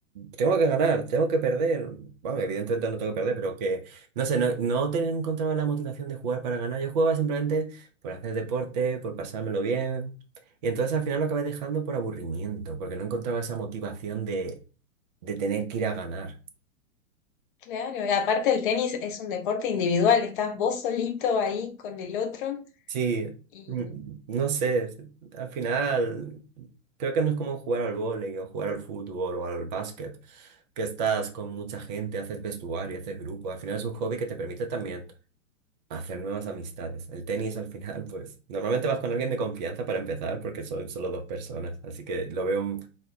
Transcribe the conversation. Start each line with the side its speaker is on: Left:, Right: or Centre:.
Right: tengo que ganar, tengo que perder. Bueno, evidentemente no tengo que perder, pero que, no sé, no, no te- encontraba la motivación de jugar para ganar. Yo jugaba simplemente por hacer deporte, por pasármelo bien. Y entonces al final lo acabé dejando por aburrimiento, porque no encontraba esa motivación de, de tener que ir a ganar.
Left: Claro, y aparte el tenis es un deporte individual, estás vos solito ahí con el otro
Right: Sí,
Left: y
Right: mm, no sé, es- al final creo que no es como jugar al vóley o jugar al fútbol o al básquet, que estás con mucha gente, haces vestuario, haces grupo, al final es un hobby que te permite también hacer nuevas amistades. El tenis al final, pues normalmente vas con alguien de confianza para empezar porque son solo dos personas, así que lo veo, mm,